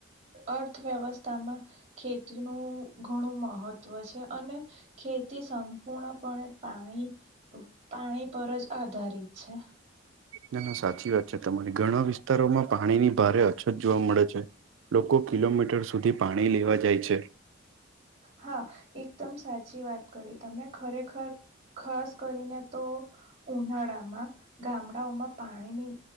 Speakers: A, on the right (about 30°); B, on the right (about 75°).
A: અર્થવ્યવસ્થામાં ખેતીનું ઘણું મહત્વ છે અને ખેતી સંપૂર્ણપણે પાણી પાણી પર જ આધારિત છે.
B: ના ના સાચી વાત છે તમારી ઘણા વિસ્તારોમાં પાણીની ભારે અછત જોવા મળે છે. લોકો કિલોમીટર સુધી પાણી લેવા જાય છે.
A: હા એકદમ સાચી વાત કરી તમે ખરેખર ખાસ કરીને તો ઉનાળામાં ગામડાઓમાં પાણીની